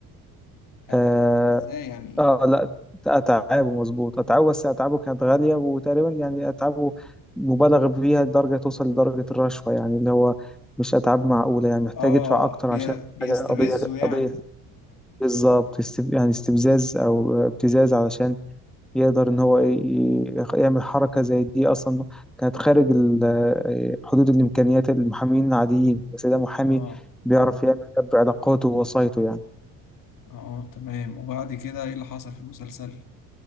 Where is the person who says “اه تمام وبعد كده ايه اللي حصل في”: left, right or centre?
Left